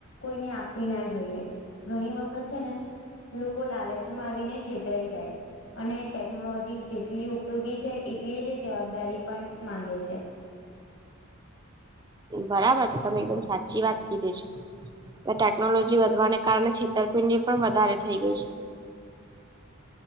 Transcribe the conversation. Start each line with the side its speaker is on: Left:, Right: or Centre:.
Left: કોઈને આપવી ના જોઈએ ઘણી વખત છે, ને લોકો લાલચમાં આવીને છેતરાઈ જાય, અને ટેકનોલોજી જેટલી ઉપયોગી છે, એટલી જ જવાબદારી પણ માંગે છે.
Right: બરાબર છે, તમે એકદમ સાચી વાત કીધી છે. ટેકનોલોજી વધવાને કારણે છેતરપિંડી પણ વધારે થઇ ગઈ છે.